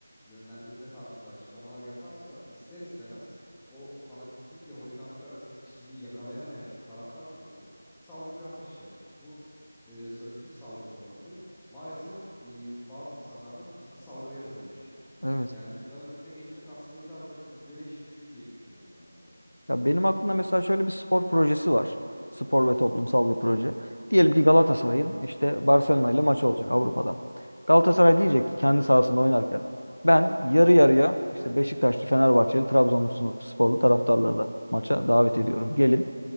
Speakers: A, in the centre; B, on the left.
A: yönlendirme tarzında açıklamalar yaparsa ister istemez o fanatiklikle holiganlık arasındaki çizgiyi yakalayamayan taraftar grubu saldırganlaşacak. Bu e, sözlü bir saldırı da olabilir. Maalesef e, bazı insanlarda fiziki saldırıya da dönüşebilir.
B: Evet.
A: Yani bunların önüne geçmek aslında biraz da kulüplere iş düşüyor diye düşünüyorum ben burada.
B: Ya benim aklımda mesela şöyle bir spor projesi var. Spor ve toplumsal bir proje. Diyelim ki Galatasaray'ın işte Barcelona ile maçı olacak Avrupa'da. Galatasaray diyecek ki kendi sahasında oynarken ben yarı yarıya işte Beşiktaşlı, Fenerbahçeli, Trabzonlu sporlu taraftarları da maça davet ediyorum. Gelin